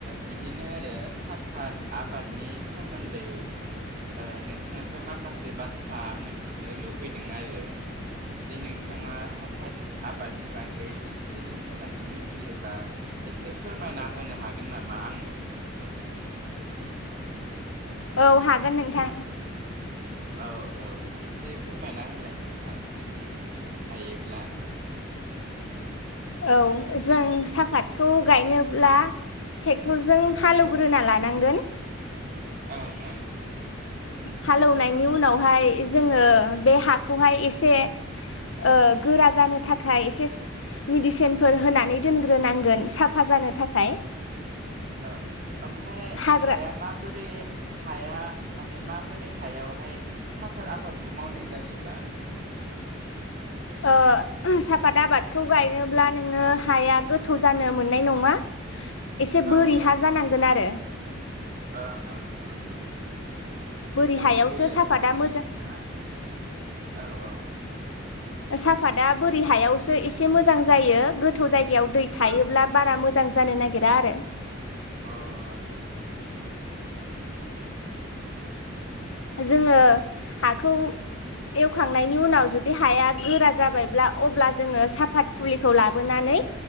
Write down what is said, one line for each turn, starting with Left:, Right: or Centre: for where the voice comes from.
Right: बिदिनो आरो साफात आबादनि सोमोन्दै ओ नोंथांनिफ्राय माखासे बाथ्रा मोनथिनो लुबैदों आरो जे नोंथाङा साफात आबादनि बागै एसे मोजाङै मिथि मिथियोबा एसे फोरमायना होनो हागोन नामा आंनो?
Left: औ हागोन नोंथां।
Right: औ औ एसे फोरमायना होलाय नोंथां जुदि हायोब्ला।
Left: औ जों साहाफातखौ गायनो ब्ला ट्रेक्टरजों हालौवग्रोना
Right: औ
Left: लानांगोन।
Right: ओं ओं।
Left: हालेवनायनि उनावहाय जोङो बे हाखौहाय एसे ओ गोरा जानो थाखाय एसे मेडिसिनफोर होनानै दोनग्रोनांगोन साफा जानो थाखाय।
Right: औं ओमफ्राय
Left: हाग्रा
Right: हाया माबोरै हाया माने माबोरै हायावहाय साफत आबादखौ मावनाय जायोबा?
Left: ओ साफात आबादखौ गायनोब्ला नोङो हाया गोथौ जानो मोननाय नङा। एसे
Right: औ
Left: बोरि
Right: औ
Left: हा जानांगोन आरो।
Right: ओं ओं ओं ओं
Left: बोरि
Right: ओं
Left: हायावसो
Right: औ देलाय
Left: सापादा
Right: बुंलांलाय
Left: मोजां
Right: नोंथाङा औ औ औ।
Left: साफाता बोरि हायावसो एसे मोजां जायो गोथौ जायग याव दै थायोब्ला
Right: औ औ
Left: बारा मोजां जानो नागिर दा आरो।
Right: अ आतसा आतसा औ।
Left: जोङो हाखौ एवखांनायनि उनाव जुदि हाया गोरा जाबायब्ला अब्ला जोङो साफात फुलिखौ लाबोनानै